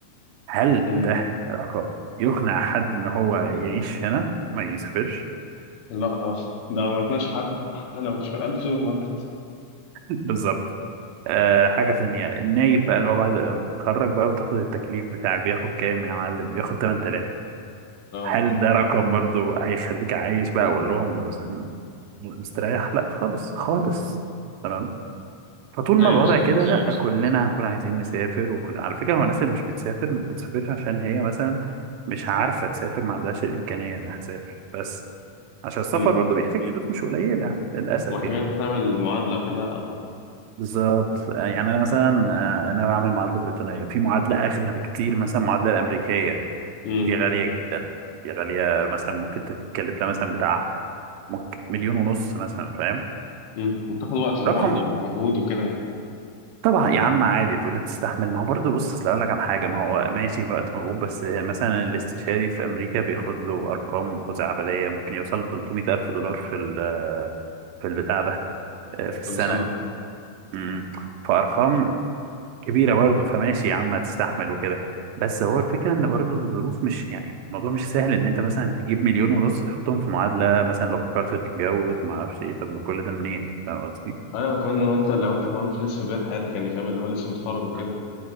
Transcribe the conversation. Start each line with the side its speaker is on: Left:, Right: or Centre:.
Right: هل
Left: مم.
Right: ده رقم يقنع حد ان هو يعيش هنا ما يسافرش
Left: لا طبعا ده ما عرفناش حد حتى لو شغال في سوبر ماركت
Right: <laughs> بالظبط أه حاجة تانية النايب بقى اللي هو بعد ما تتخرج بقى وتاخد التكليف بتاعك بياخد كام يا معلم؟ بياخد 8000
Left: اه
Right: هل ده رقم برضه هيخليك عايش بقى اقول لهم مس- مستريح لا خالص خالص تمام فطول
Left: ايوه
Right: ما الوضع
Left: بالظبط
Right: كده لا كلنا هنكون عايزين نسافر وكل على فكره هو الناس اللي مش بتسافر مش بتسافرش عشان هي مثلا مش عارفه تسافر ما عندهاش الامكانيه انها تسافر بس عشان السفر
Left: امم
Right: برضه بيحتاج فلوس مش قليله للاسف
Left: محتاجين
Right: يعني
Left: تعمل معادله وكده او
Right: بالظبط آه، يعني انا مثلا آه، انا بعمل معادله بريطانيه في معادله اغلى بكتير مثلا المعادله الامريكيه
Left: امم
Right: دي غالية جدا دي غالية مثلا ممكن تتكلف لها مثلا بتاع ممكن مليون ونص مثلا فاهم
Left: امم وتاخد وقت طبعا
Right: رقم
Left: ومجهود وكده يعني
Right: طبعا يا عم عادي تقول هتستحمل ما هو برضه بص اصل اقول لك عن حاجة ما هو ماشي وقت مجهود بس مثلا الاستشاري في امريكا بياخد له ارقام خزعبلية ممكن يوصل ل 300 الف دولار في ال- في البتاع ده آه، في السنة
Left: كل سنه
Right: امم فارقام كبيرة برضه فماشي يا عم هتستحمل وكده بس هو الفكرة ان برضه الظروف مش يعني الموضوع مش سهل ان انت مثلا تجيب مليون ونص تحطهم في معادلة مثلا لو فكرت تتجوز ما اعرفش ايه طب ما كل ده منين فاهم قصدي؟
Left: ايوه كمان لو انت لو انت كمان في لسه في بدايه حياتك يعني فاهم اللي هو لسه متخرج وكده
Right: مم.